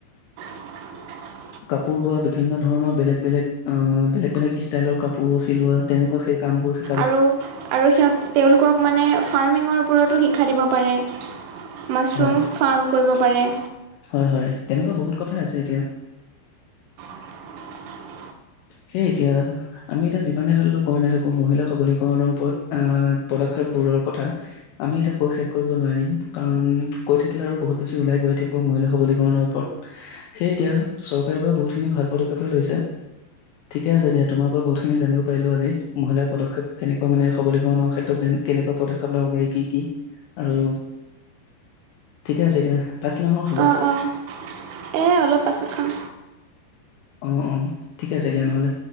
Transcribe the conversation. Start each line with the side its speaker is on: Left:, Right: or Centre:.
Right: <unintelligible>
Left: কাপোৰ বোৱা বিভিন্ন ধৰণৰ বেলেগ বেলেগ অ বেলেগ বেলেগ ষ্টাইলৰ কাপোৰ চিলোৱা তেনেকুৱা সেই কাম বোৰ।
Right: আৰু আৰু সিহঁত তেওঁলোকক মানে ফাৰ্মিঙৰ ওপৰতো শিক্ষা দিব পাৰে। মাছৰুম
Left: হয়
Right: ফাৰ্ম কৰিব পাৰে।
Left: হয় হয় তেনেকুৱা বহুত কথা আছে এতিয়া।
Right: <unintelligible>
Left: সেই এতিয়া‌ আমি এতিয়া যিমানে ধৰি লওক কই নাথাকো মহিলা সবলীকৰণৰ ওপৰত আহ পদক্ষেপবোৰৰ কথা। আমি এটা কৈ শেষ কৰিব নোৱাৰিম। উম কৈ থাকিলে আৰু বহুত বেছি ওলাই গৈ থাকিব মহিলা সৱলীকৰণৰ ওপৰত। সেই এতিয়া চৰকাৰে পৰা বহুতখিনি ভাল পদক্ষেপে লৈছে। ঠিকে আছে দিয়া, তোমাৰ পৰা বহুতখিনি জানিব পাৰিলো আজি, মহিলাৰ পদক্ষেপ কেনেকা মানে সবলিকৰণ ক্ষেত্ৰ <inaudible> ত যেন কেনেকুৱা পদক্ষেপ ল'ব পাৰি কি কি আৰু ঠিকে আছে এতিয়া ভাত কিমান সময়ত খাবা?
Right: অঁ অঁ এই অলপ পাছত খাম।
Left: অ অ ঠিক আছে দিয়া নহ'লে।